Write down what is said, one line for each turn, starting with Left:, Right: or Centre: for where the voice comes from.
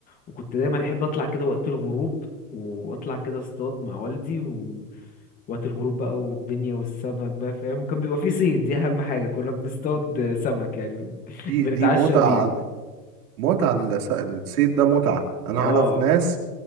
Left: وكنت دايما احب اطلع كده وقت الغروب واطلع كده اصطاد مع والدي و... وقت الغروب بقى والدنيا والسمك بقى فاهم وكان بيبقى في صيد دي اهم حاجة كنا بنصطاد سمك يعني <laughs>
Right: دي
Left: بنتعشى
Right: دي متعة
Left: بيه
Right: متعة الس- الصيد ده متعة أنا
Left: اه
Right: أعرف ناس